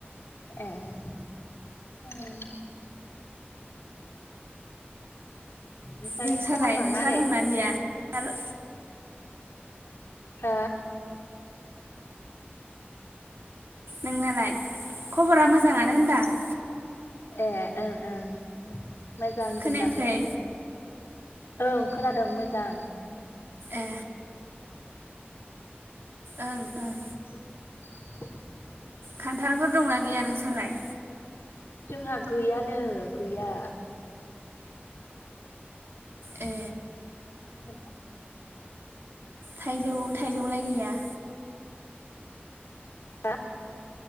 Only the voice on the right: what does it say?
नोंसालाय
नोंसा
दंना गैया आल
नोंनालाय? खबरा मोजाङानो होनदां।
खोनायाखै
ए ओं
ओं खान्थालफोर दंना गैया नोंसालाय?
ए
थाइजौ थाइजौलाय गैया